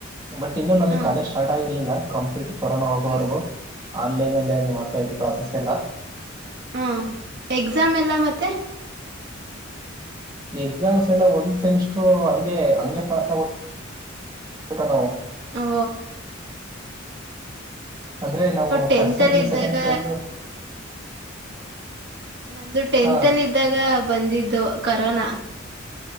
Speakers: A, on the right; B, on the right.
A: ಬಟ್ ಇಂದಂದು ನಮಗ್
B: ಹ
A: ಕಾಲಜ್ ಸ್ಟಾರ್ಟ್ಗಿರ್ಲಿಲ್ಲ ಕಂಪ್ಲೀಟ್ ಕೊರೋನಾ ಹೋಗುವವರೆಗೂ
B: ಹ್ಮ್
A: ಆನ್ಲೈನ್ ಅಲ್ಲಿ ಏ ಮಾಡ್ತಾ ಇದ್ರು ಕ್ಲಾಸಸ್ ಎಲ್ಲ
B: ಹ್ಮ್ ಎಕ್ಸಾಮ್ ಎಲ್ಲ ಮತ್ತೆ
A: ಎಕ್ಸಾಮ್ಸ್ ಎಲ್ಲಾ ಒಂದ್ ಸೆಮಿಸ್ಟರು ಹಂಗೆ ಹಂಗೆ ಪಾಸ್ ಆಗೊ ಬಿಟೊ ನವು
B: ಹೋ
A: ಅಂದ್ರೆ ನಾವು
B: ಟೆಂತ್
A: ಫಸ್ಟ್ ಸಮ್ದು
B: ಅಲ್ಲಿ ಇದ್ದಾಗ
A: ಸೆಕೆಂಡ್ ಸಮ್ದು
B: ನಮ್ದು ಟೆಂತ್
A: ಹಾ
B: ಅಲ್ಲಿ ಇದ್ದಾಗ ಬಂದಿದ್ದು ಕರೋನ